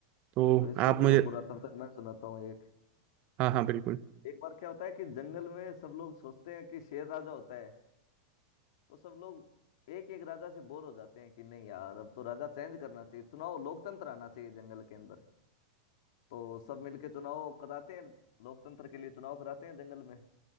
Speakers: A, on the right (about 45°); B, on the left (about 65°).
A: तो
B: तो इसको
A: आप मुझे
B: करो पूरा तब तक मैं सुनाता हूँ एक
A: हाँ हाँ बिल्कुल
B: एक बार क्या होता है कि जंगल में सब लोग सोचते हैं कि शेर राजा होता है तो सब लोग एक एक राजा से बोर हो जाते हैं कि नहीं यार अब तो राजा चेंज करना चाहिए चुनाव लोकतंत्र आना चाहिए जंगल के अंदर तो सब मिलके चुनाव कराते हैं लोकतंत्र के लिए चुनाव कराते हैं जंगल में